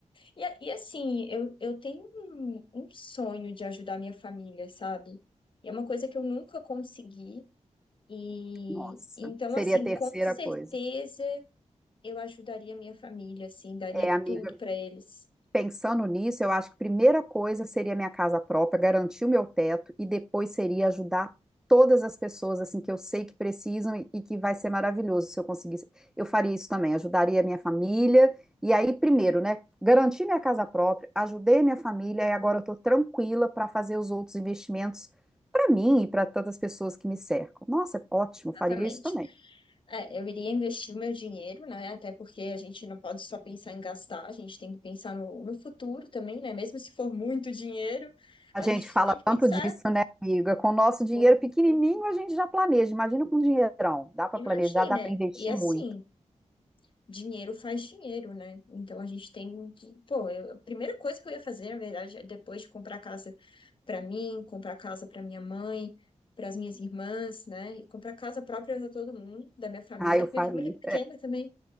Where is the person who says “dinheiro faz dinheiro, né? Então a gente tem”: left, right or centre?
Left